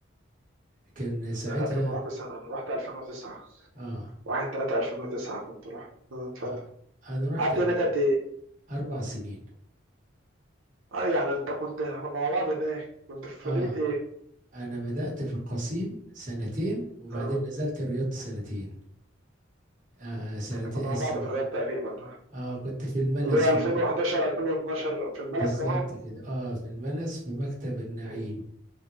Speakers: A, on the right; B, on the right.
A: كان ساعتها
B: انا قبل ما اروح بسنة انا رحت 2009
A: اه,
B: 1 3 2009 كنت رحت آه، اتفضل
A: آه انا رحت
B: قعدت
A: ال-
B: هناك قد ايه؟
A: اربع سنين
B: اه يعني انت كنت احنا كنا مع بعض هناك كنت في
A: اه
B: مدينة ايه؟
A: انا بدأت في القصيم سنتين وبعدين
B: اه
A: نزلت الرياض سنتين آه سنتين
B: احنا كنا مع بعض في الرياض تقريبا
A: اه كنت في الملز
B: اللي هو
A: في
B: 2011 2012 في الملس
A: بالظبط
B: كمان
A: كده اه في الملز في مكتب النعيم
B: مم.